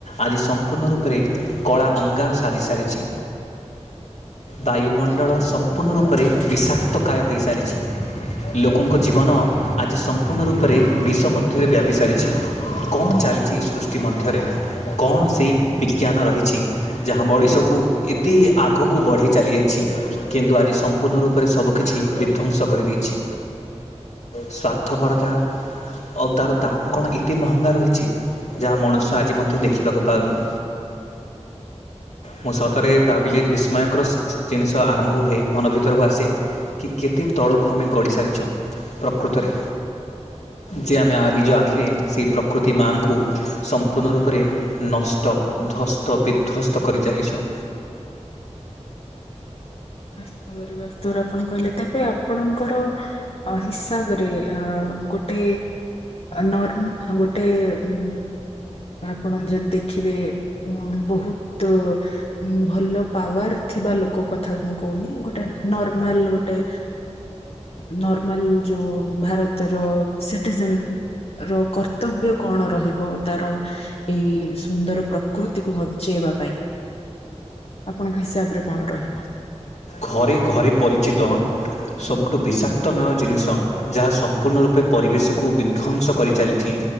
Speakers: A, on the left; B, on the left.
A: ଆଜି ସମ୍ପୂର୍ଣ୍ଣ ରୂପରେ କଳା ଅଙ୍ଗାର ସାଜି ସାରିଛି। ବାୟୁମଣ୍ଡଳ ସମ୍ ମ୍ପୂର୍ଣ୍ଣ ରୂପରେ ବିଷାକ୍ତକାୟ ହୋଇସାରିଛି। ଲୋକଙ୍କ ଜୀବନ ଆଜି ସମ୍ ସମ୍ପୂର୍ଣ୍ଣ ରୂପରେ ବିଷ ମଧ୍ୟରେ ବ୍ୟାପି ସାରିଛି। କଣ ଚାଲିଛି ଏହି ସୃଷ୍ଟି ମଧ୍ୟରେ? କଣ ସେଇ ବିଜ୍ଞାନ ରହିଛି? ଯାହା‌ ମଣିଷ କୁ ଏତେ ଆଗକୁ ବଢ଼େଇ ଚାଲିଯାଇଛି। କିନ୍ତୁ ଆଜି ସମ୍ପୂର୍ଣ୍ଣ ରୂପରେ ସବୁକିଛି ବିଧ୍ୱଂସ କରିଦେଇଛି। ସ୍ୟାର୍ଥପରତା ଆଉ ତାର ଦାମ୍ କଣ ଏତେ ମହଙ୍ଗା ରହିଛି? ଯାହା ମନୁଷ୍ୟ ଆଜି ମଧ୍ୟ ଦେଖିବାକୁ ପାଉନି।
B: <inaudible>
A: ମୁଁ ସତରେ
B: ଏବେ
A: ଭାବିଲେ ବିସ୍ମୟକର ସ ଜିନିଷ ହା ଆରମ୍ଭ ହୁଏ ମନ ଭିତରକୁ ଆସେ କି କେତେ ତଳକୁ ଆମେ ଗଡି ସାରିଛୁ। ପ୍ରକୃତରେ ଯେ ଆମେ ନିଜ ଆଖିରେ ସେଇ ପ୍ରକୃତି ମାଙ୍କୁ ସମ୍ପୂର୍ଣ୍ଣ ରୂପରେ ନଷ୍ଟ ଧ୍ଵସ୍ତ ବିଧ୍ଵସ୍ତ କରିଚାଲିଛୁ।
B: ବାସ୍ତବରେ ବାସ୍ତବରେ ଆପଣ କହିଲେ ତେବେ ଆପଣଙ୍କର ଅ ହିସାବରେ ଅ ଗୋଟେ ନ ଗୋଟେ ଉ ଆପଣ ଯଦି ଦେଖିବେ ବହୁତ ଭଲ ପାୱାର ଥିବା ଲୋକ କଥା ମୁ କହୁନି ଗୋଟେ ନର୍ମାଲ ଗୋଟେ ନର୍ମାଲ ଯୋଉ ଭାରତର ସିଟିଜେନ ର କର୍ତ୍ତବ୍ୟ କଣ ରହିବ ତାର ଏଇ ସୁନ୍ଦର ପ୍ରକୃତିକୁ ବଞ୍ଚେଇବା ପାଇଁ? ଆପଣଙ୍କ ହିସାବରେ କଣ ରହିବ?
A: ଘରେ ଘରେ ପରିଚିତ ସବୁଠୁ ବିଷାକ୍ତମେୟ ଜିନିଷ ଯାହା ସମ୍ପୂର୍ଣ୍ଣ ରୂପେ ପରିବେଶକୁ ବିଧ୍ୱଂସ କରିଚାଲି